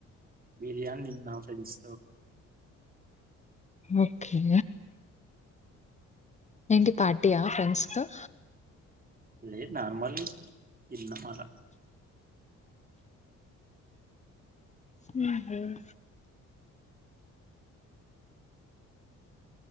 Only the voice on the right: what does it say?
బిర్యానీ నా ఫ్రెంస్
అ నార్మల్ లి ఇన్న మళ